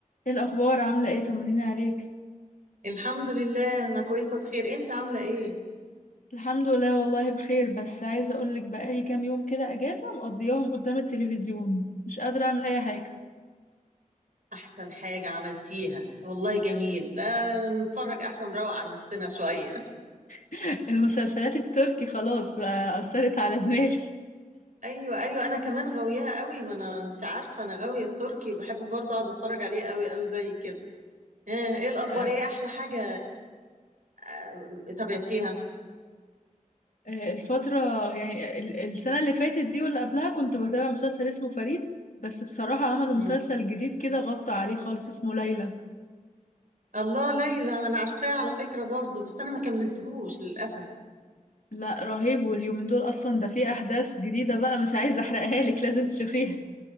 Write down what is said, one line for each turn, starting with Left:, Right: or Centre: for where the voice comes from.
Left: ايه الاخبار عامله ايه طمنيني عليك
Right: الحمد لله أنا كويسة بخير أنت عاملة إيه؟
Left: الحمد لله والله بخير بس عايزه اقولك بقالي كام يوم كده اجازه مقضياهم قدام التلفزيون مش قادره اعمل اي حاجه
Right: أحسن حاجة عملتيها والله جميل لا نتفرج أحسن نروق عن نفسنا شوية
Left: <laughs> المسلسلات التركي خلاص بقى اثرت على دماغي
Right: <laughs> أيوة أيوة أنا كمان غاويها قوي ما أنا أنت عارفة أنا غاوية التركي وبحب برضه أقعد أتفرج عليه قوي قوي زي كده آه، إيه الأخبار
Left: آه،
Right: إيه أحلى حاجة آه، تابعتيها؟
Left: آه، الفتره يعني ال- السنه اللي فاتت دي واللي قبلها كنت بتابع مسلسل اسمه فريد بس بصراحه عملوا
Right: مم.
Left: مسلسل جديد كده غطى عليه خالص اسمه ليلى
Right: الله ليلى أنا عارفاه على فكرة برضه بس أنا ما كملتهوش للأسف
Left: لا رهيب واليومين دول اصلا ده فيه احداث جديده بقى مش عايزه احرقها لك لازم تشوفيها